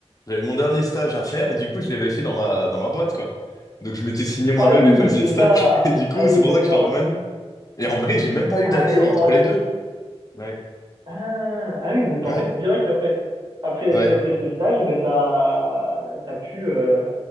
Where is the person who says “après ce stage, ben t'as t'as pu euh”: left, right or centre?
Right